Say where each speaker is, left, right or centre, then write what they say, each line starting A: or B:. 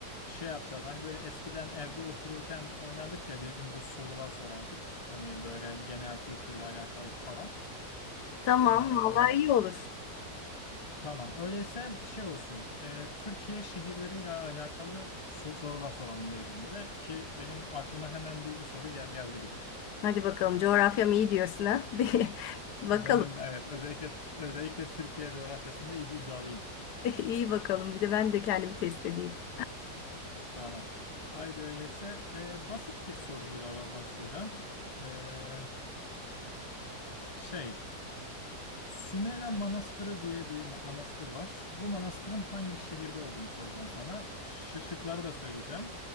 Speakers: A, on the left; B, on the left.
A: şey yapacağız hani böyle eskiden evde otururken oynardık ya birbirimize sorular sorardık. Hani böyle genel kültürle alakalı falan.
B: Tamam,
A: Ee,
B: vallahi iyi olur.
A: tamam öyleyse şey olsun Ee, Türkiye şehirleriyle alakalı so- sorular soralım birbirimize ki benim aklıma hemen bir, bir soru gel- geldi bile.
B: Hadi bakalım, coğrafyam iyi diyorsun ha? <laughs> Bir bakalım.
A: Benim evet özellikle özellikle Türkiye coğrafyasında id- iddialıyım.
B: <laughs> İyi bakalım. Bir de ben de kendimi test edeyim.
A: Tamam. Haydi öyleyse e, basit bir soruyla ba- başlayacağım. E, şey Sümele Manastırı diye bir ma- manastır var. Bu manastırın hangi şehirde olduğunu soracağım sana. Ş- Şıkları da söyleyeceğim.